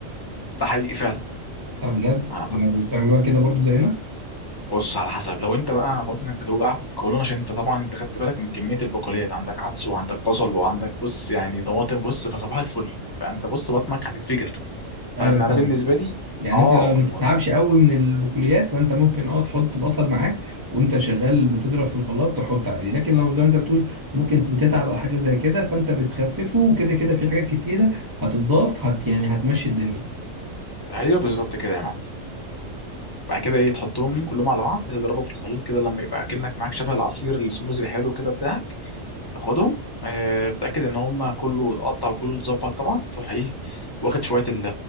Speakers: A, on the left; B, on the right.
A: ده حقيقي فعلا
B: طب بجد
A: انا كنت
B: يعني بتعملوها كده برضو زينا
A: بص على حسب لو انت بقى بطنك بتوجعك قولون عشان انت طبعا انت خدت بالك من كمية البقوليات عندك عدس وعندك بصل وعندك بص يعني طماطم بص فصباح الفل فانت بص بطنك هتنفجر فانا
B: ايوه
A: انا
B: فاهم
A: بالنسبة لي
B: يعني
A: اه
B: انت ما
A: الموضوع
B: بتتعبش قوي من البقوليات فانت ممكن اه تحط بصل معاك وانت شغال بتضرب في الخلاط تحط عادي لكن لو زي ما انت بتقول ممكن بتتعب او حاجه زي كده فانت بتخففه وكده كده في حاجات كتيره هتتضاف هت يعني هتمشي الدنيا
A: ايوه بالظبط كده يا معلم بعد كده ايه تحطهم كلهم على بعض تضربه في الخليط كده لما يبقى كأنك معاك شبه العصير السموزي الحلو كده بتاعك تاخدهم آه تتأكد ان هما كله اتقطع وكله اتظبط طبعا تروح ايه واخد شوية ال-